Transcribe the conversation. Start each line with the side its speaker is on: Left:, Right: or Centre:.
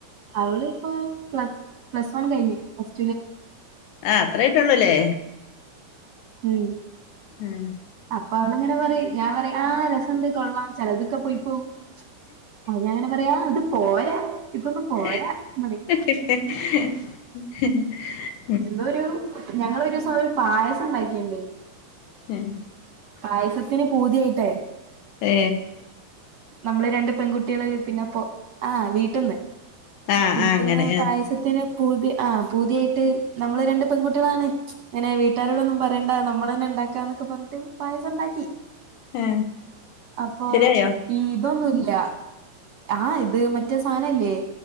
Right: അവളിപ്പോ പ്ല പ്ലസ് വൺ കഴിഞ്ഞു പ്ല
Left: ആ അത്രയായിട്ടുള്ളല്ലേ
Right: ഉം
Left: ഉം
Right: അപ്പൊ അവളിങ്ങനെ പറയും ഞാൻ പറയും ആ രസണ്ട് കൊള്ളാം ചിലതൊക്കെ പോയി പോകും അഞാങ്ങനെ പറയാ അത് പോരാ ഇതൊന്നും
Left: <unintelligible>
Right: പോരാ എന്ന് പറയും എന്തോ ഒരു ഞങ്ങ ഒരുസം ഒരു പായസം ഉണ്ടാക്കിണ്ട
Left: മം
Right: പായസത്തിന് പൂതിയായിട്ടേ
Left: ഏ
Right: നമ്മള് രണ്ട് പെൺകുട്ടികള് പിന്നെപ്പോ ആ വീട്ട് ന്ന്
Left: ആഹ്
Right: വീട്ടിൽന്ന്
Left: ആഹ് അങ്ങനെ ആഹ്
Right: പായസത്തിന് ആ പൂതിയായിട്ട് നമ്മള് രണ്ട് പെൺകുട്ടികളാണ് അങ്ങനെ വീട്ടാരോടന്നും പറയണ്ട നമ്മള ഉണ്ടാക്കാ എന്നൊക്കെ പറഞ്ഞിട്ട് പായസം ഉണ്ടാക്കി
Left: എ
Right: അപ്പൊ
Left: ശരിയായോ
Right: ഈ ഇതൊന്നുല്ല ആ ഇത് മറ്റേ സാധനല്ലേ